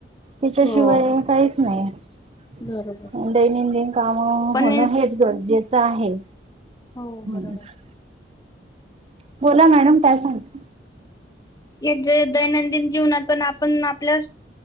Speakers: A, on the right; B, on the left.
A: तिच्याशिवाय
B: हो
A: काहीच नाही
B: बरोबर
A: दैनंदिन काम
B: पण
A: होणं हेच गरजेचं आहे
B: हो
A: हम्म
B: बरोबर
A: बोला मॅडम काय सांगत
B: या जे दैनंदिन जीवनात पण आपण आपल्या